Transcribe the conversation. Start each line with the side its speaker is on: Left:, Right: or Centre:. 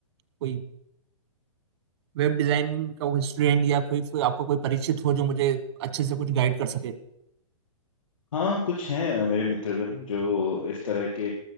Right: कोई वेब डिजाइन का कोई स्टूडेंट या कोई, कोई आपका कोई परिचित हो जो मुझे अच्छे से कुछ गाइड कर सके
Left: हाँ कुछ हैं अ, मेरे मित्रगण जो इस तरह के